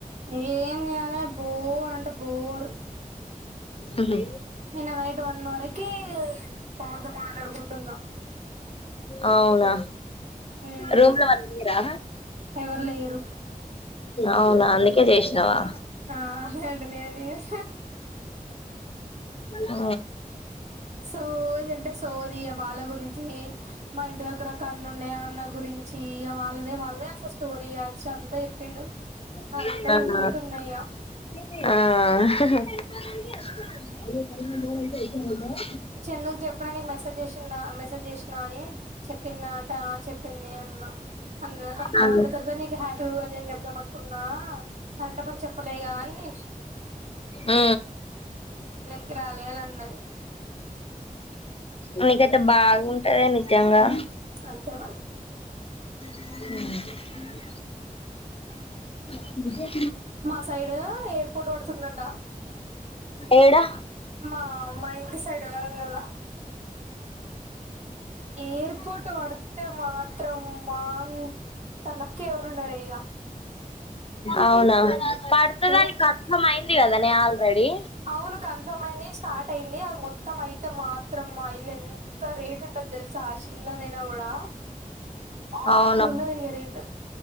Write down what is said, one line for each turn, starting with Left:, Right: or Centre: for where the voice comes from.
Right: ఏం చేయలే బోర్ అంటే బోర్
Left: ఆహా
Right: నిన్న నైట్ వన్ వరకి పవన్తో మాట్లాడుకుంట ఉన్న
Left: అవునా
Right: మ్మ్
Left: రూమ్ లో వాళ్ళు లేరా
Right: ఎవరు లేరు
Left: అవునా అందుకే చేసినావా
Right: ఆ లేదంటే నేను ఎందుకు చేస్తా హ
Left: ఆ
Right: సోది అంటే సోది ఇగ వాళ్ళ గురించి మా ఇంటి దగ్గర అక్క అన్న ఉండే అన్న గురించి ఇక వాళ్ళదే వాళ్ళదే అట్లా స్టోరీ ఇయచ్చు అంతా చెప్పిండు
Left: ఆ
Right: అంతా వినుకుంటున్నా ఇగ
Left: ఆ అయిా
Right: చందుకు చెప్పా నీకు మెసేజ్ చేసిన్నా మెసేజ్ చేసినా అని చెప్పిందా అంట చెప్పింది అన్నా ఆ అన్నా
Left: ఆ
Right: అంత త్వరగా నీకు హ్యాపీ టు అదే అని చెప్దాం అనుకున్నా పంటపరి చెప్పులే కాని నేను
Left: ఆ
Right: కి రాలేల అన్నది
Left: నీకైతే బాగుంటద నిజంగా
Right: అంతే మరి
Left: ఉమ్ ఉమ్
Right: మా సైడ్ ఎయిర్ పోర్ట్ పడుతుందంట
Left: ఏడా
Right: మా మా ఇంటి సైడ్ వరంగల్ లో ఎయిర్పోర్ట్ వడ్తే మాత్రం పా అంత లక్ ఎవరు ఉన్నారే ఇగ
Left: అవునా పడుతుదానికి
Right: ఏ
Left: కన్ఫర్మ్ అయింది కదా నే ఆల్రెడీ
Right: అవును కన్ఫర్మ్ అయింది. స్టార్ట్ అయింది అది మొత్తం అయితే మొత్తం ఇల్లు ఎంత రేట్ ఉంటుంది తెలుసా ఆ చిన్నదైనా కూడా మామూలుగా
Left: అవును
Right: ఉండదు ఇంకా రేట్